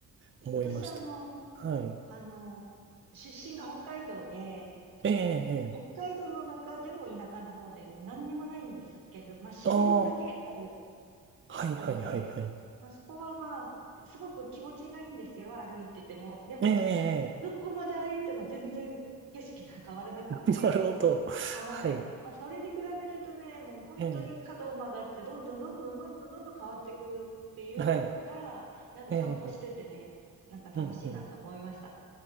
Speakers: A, on the right; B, on the right.
A: 思いました。
B: 私、あの、
A: はい。
B: あの、出身が北海道で、
A: ええ、ええ。
B: 北海道の中でも田舎の方で何にもないんですけれど、まあ自然だけある
A: ああ、はいはいはいはい。
B: ところで、まあそこはまあ、すごく気持ちがいいんですよ、歩いてても。でも、
A: ええ、ええ。
B: どこまで歩いても全然景色が変わらなくって、
A: <laughs> なるほど。はい。
B: はい。まあ、それに比べるとね、もう本当に角を曲がって、
A: ええ、
B: どんどんどんどんどんどんどんどん変わっていくっていう方が、
A: はい。
B: なんか散歩しててね、
A: ええ、
B: なんか楽しいなと思いました。
A: うんうん。